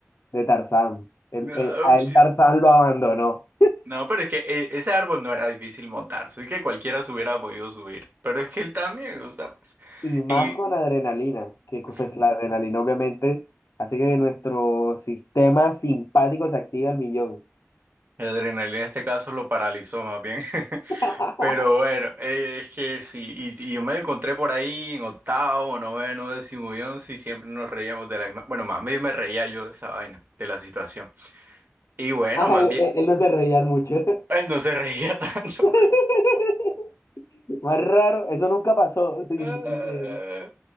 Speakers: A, on the left (about 75°); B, on the right (about 45°).
A: de Tarzán. Él-
B: No,
A: él- a
B: sí.
A: él Tarzán lo abandonó.
B: No, pero es que eh, ese árbol no era difícil montarse, es que cualquiera se hubiera podido subir, pero es que él también, o sea, pues,
A: Y más
B: y
A: con adrenalina, que pues,
B: Ujú.
A: la adrenalina obviamente hace que nuestro sistema simpático se active al millón.
B: la adrenalina en este caso lo paralizó más bien. <laughs>
A: <laughs>
B: Pero bueno, eh, es que sí, y, y yo me la encontré por ahí en octavo, noveno, décimo y once y siempre nos reíamos de la misma, bueno, más bien me reía yo de esa vaina, de la situación. Y bueno,
A: Ay,
B: más bien,
A: él, él no se reía mucho.
B: <laughs> él no se reía <laughs> tanto.
A: <laughs> Más raro, eso nunca pasó, <laughs> dice,
B: Ah,
A: dice él.